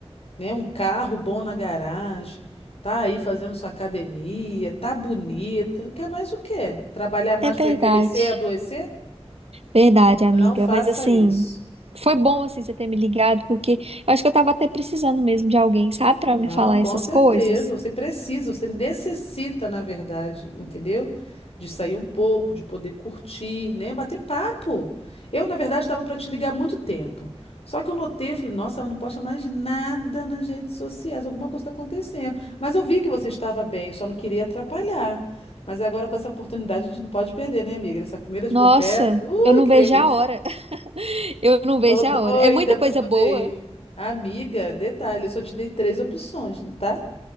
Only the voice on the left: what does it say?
né? Um carro bom na garagem, tá aí fazendo sua academia, tá bonita. Quer mais o quê? Trabalhar mais
para envelhecer e adoecer?
Não faça
isso.
Não,
com
certeza.
Você precisa, você necessita, na verdade, entendeu? De sair um pouco, de poder curtir, né? Bater papo. Eu, na verdade, estava para te ligar há muito tempo. Só que eu notei, eu falei, nossa, ela não posta mais nada nas redes sociais, alguma coisa está acontecendo. Mas eu vi que você estava bem, eu só não queria atrapalhar. Mas agora, com essa oportunidade, a gente não pode perder, né, amiga? Essa comida de
boteca. Ui,
que
delícia!
Tô doida
pra
poder
ir. Amiga, detalhe, eu só te dei três opções, tá?